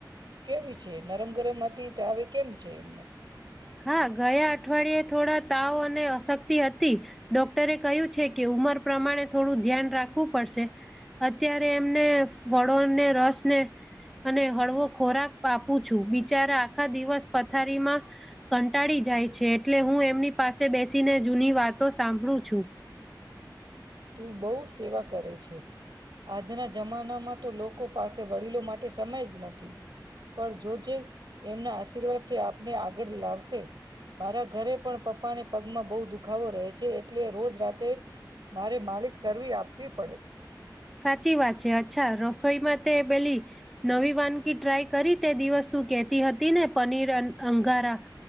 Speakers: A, on the right; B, in the centre.
A: કેવી છે? નરમ ગરમ હતી તે હવે કેમ છે એમને?
B: હા ગયા અઠવાડિયે થોડા તાવ અને અશક્તિ હતી. ડોક્ટરે કહ્યું છે કે ઉંમર પ્રમાણે થોડું ધ્યાન રાખવું પડશે. અત્યારે એમને ફળોને રસ ને અને હળવો ખોરાક આપું છું. બિચારા આખા દિવસ પથારીમાં કંટાળી જાય છે. એટલે હું એમની પાસે બેસીને જૂની વાતો સાંભળું છું.
A: તું બહુ સેવા કરે છે આજના જમાનામાં તો લોકો પાસે વડીલો માટે સમય જ નથી પણ જોજે એમના આશીર્વાદ થી આપને આગળ લાવશે મારા ઘરે પણ પપ્પાને પગમાં બહુ દુખાવો રહે છે એટલે રોજ રાતે મારે માલિશ કરવી આપવી પડે
B: સાચી વાત છે. અચ્છા રસોઈમાં તે પેલી નવી વાનગી ટ્રાય કરી તે દિવસ તું કેતી હતી ને પનીર અન-અંગારા